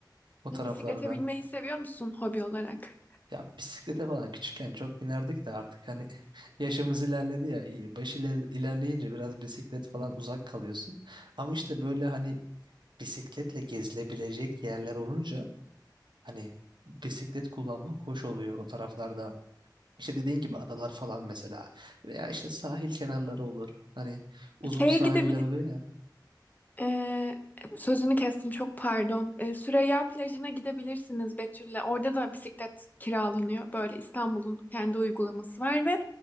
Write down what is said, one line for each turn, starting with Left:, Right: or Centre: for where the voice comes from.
Right: o
Left: Bisiklete
Right: taraflarda.
Left: binmeyi seviyor musun hobi olarak?
Right: Ya bisiklete falan küçükken çok binerdik de artık hani <laughs> yaşımız ilerledi ya. iyi- Baş iler, ilerleyince biraz bisiklet falan uzak kalıyorsun. Ama işte böyle hani bisikletle gezilebilecek yerler olunca hani bisiklet kullanmak hoş oluyor o taraflarda. İşte dediğin gibi adalar falan mesela veya işte sahil kenarları olur. Hani uzun
Left: Şeye
Right: sahiller
Left: gidebilir...
Right: oluyor ya.
Left: E, sözünü kestim çok pardon. E, Süreyya plajına gidebilirsiniz Betül'le. Orada da bisiklet kiralanıyor. Böyle İstanbul'un kendi uygulaması var ve